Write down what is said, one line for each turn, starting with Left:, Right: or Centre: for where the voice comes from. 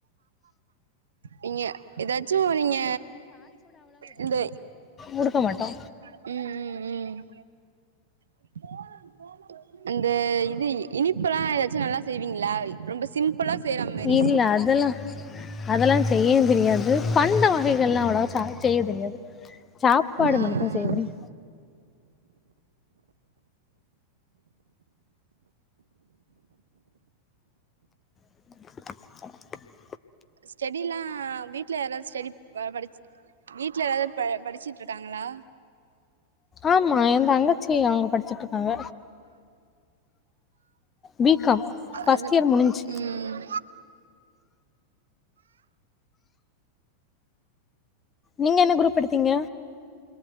Right: நீங்க ஏதாச்சு நீங்க இந்த
Left: உடுத்த மாட்டோ
Right: ம் ம் ம் <unintelligible> அந்த இது இனிப்பலா ஏதாச்சு நல்லா செய்வீங்ளா ரொம்ப சிம்பிளா செய்ற மாரி
Left: இல்ல அதெல்லா அதெல்லா செய்யவு தெரியாது பண்ட வகைகள்லா அவ்ளவா செய்ய தெரியாது சாப்பாடு
Right: ஆ
Left: மட்டுதா
Right: ஆ
Left: செய்ய தெரியு <unintelligible>
Right: ஸ்டெடிலா அ வீட்ல யாராது ஸ்டடி படிச்சி வீட்ல யாராது ப படிச்ட்டு இருக்காங்களா
Left: ஆமா எ தங்கச்சி அவுங்க படிச்சுட்ருக்காங்க பி காம் ஃபஸ்ட்
Right: அது
Left: இயர் முடிஞ்சு
Right: ம்
Left: நீங்க என்ன குரூப் எடுத்தீங்க